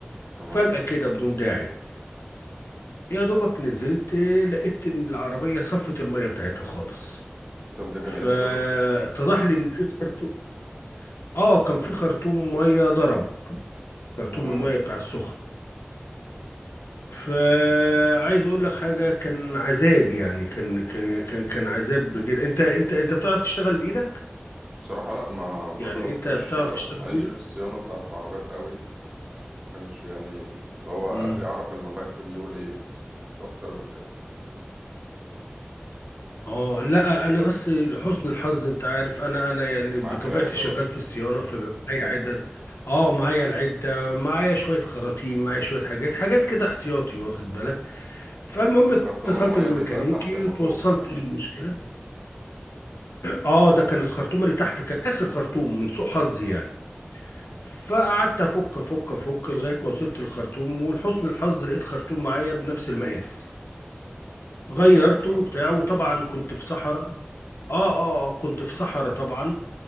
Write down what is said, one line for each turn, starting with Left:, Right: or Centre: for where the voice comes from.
Right: تمام
Left: فجأة كده بدون داعي يا دوبك نزلت لقيت ان العربية صفت المية بتاعتها خالص
Right: طب ده كان
Left: فاتضح
Right: إيه السبب؟
Left: لي ان في خرطوم اه كان في خرطوم ميه ضرب خرطوم
Right: تمام
Left: الميه بتاع السخن فعايز اقول لك حاجه كان عذاب يعني كان كان كان, كان عذاب جدا انت انت انت بتعرف تشتغل بايدك
Right: بصراحة لأ ما ما
Left: يعني
Right: جربتش
Left: انت بتعرف
Right: آه،
Left: تشتغل
Right: ماليش
Left: بايدك
Right: في الصيانة بتاعة العربيات قوي ما كانش يعني اللي هو
Left: امم
Right: آخري أعرف المفك بيقول إيه بس مش أكتر من كده
Left: اه لا انا بس لحسن الحظ انت عارف انا انا يعني
Right: معاك
Left: بطبيعتي
Right: العدة
Left: شغال
Right: بقى
Left: في الصيانه فبيبقى معايا عدد اه معايا العده معايا شويه خراطيم معايا شويه حاجات حاجات كده احتياطي واخد بالك فالمهم
Right: بس خرطوم
Left: اتصلت
Right: المية
Left: بالميكانيكي
Right: بيبقى تحت الموتور
Left: وتوصلت
Right: كمان
Left: للمشكله اه ده كان الخرطوم اللي تحت كان اخر خرطوم من سوء حظي يعني فقعدت افك افك افك لغايه ما وصلت الخرطوم ولحسن الحظ لقيت خرطوم معايا بنفس المقاس غيرته
Right: دي حاجة حلوة
Left: وبتاع
Right: أوي
Left: وطبعا كنت في صحراء اه اه آه، كنت في صحراء طبعا